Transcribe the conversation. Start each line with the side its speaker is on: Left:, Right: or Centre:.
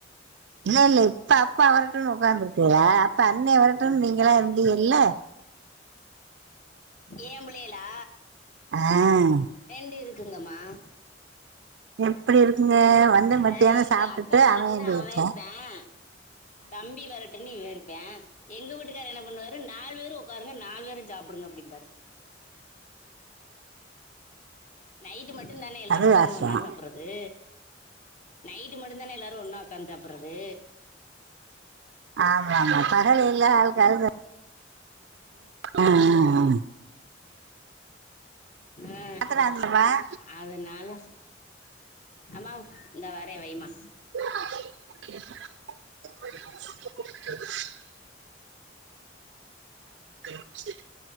Right: இல்ல இல்ல இப்ப அப்பா வரட்டுன் உட்காந்துருக்குகளா அப்ப அண்ணே வரட்டு நீங்களா இருந்தீக இல்ல
Left: ஏன் புள்ளைகளா
Right: ஆ
Left: ரெண்டு இருக்குங்கம்மா
Right: எப்டி இருக்குங்க வந்து மத்தியானோ
Left: ஆ, இருக்கு
Right: சாப்டுட்டு
Left: அக்கா வரட்டுன்னு
Right: அவ ஏன் பேச்ச
Left: அவன் இருப்பேன் தம்பி வரட்டுன்னு இவ இருபே எங்க வூட்டுக்காரு என்ன பண்ணுவாரு நாலு பேரு உட்காருங்க நாலு பேரு சாப்புடுங்க அப்டிம்பார் நைட்டு மட்டு தானே எல்லாரு
Right: அது
Left: உக்காந்து
Right: வாசம்
Left: ஒண்ணா சாப்ற து நைட்டு மட்டு தானே எல்லாரு ஒண்ணா உக்காந்து சாப்பறது
Right: ஆமா ஆமா பகலில்லா அவுங்க அவுங்க ஆ ஆ ஆ
Left: ஆ
Right: பாத்திர
Left: அதனால அம்மாவ் இந்தா வரே வைமா
Right: <inaudible> <inaudible>